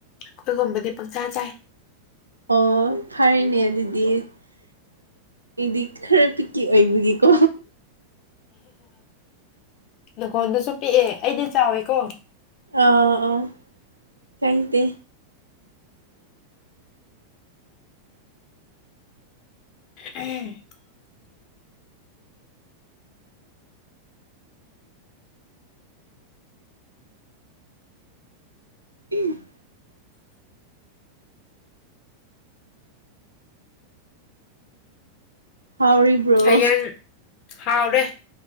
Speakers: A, on the left (about 40°); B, on the right (about 80°).
A: ꯑꯩꯈꯣꯏꯒꯨꯝꯕꯗꯤ ꯄꯪꯆꯥꯥ ꯆꯥꯏ
B: ꯑꯣ ꯐꯔꯅꯦ ꯑꯗꯨꯗꯤ ꯑꯩꯗꯤ ꯈꯔ ꯄꯤꯛꯀꯤ ꯑꯣꯏꯕꯒꯤꯀꯣ
A: ꯅꯪꯈꯣꯟꯗꯨꯁꯨ ꯄꯤꯛꯑꯦ ꯑꯩꯗꯤ ꯆꯥꯎꯋꯦꯀꯣ
B: ꯑꯥ ꯑꯥ ꯊꯦꯡꯇ <inaudible>
A: ꯎꯝ
B: ꯎꯝ ꯍꯧꯥꯎꯔꯤꯕ꯭ꯔꯣ
A: ꯍꯌꯦꯡ ꯍꯥꯎꯔꯦ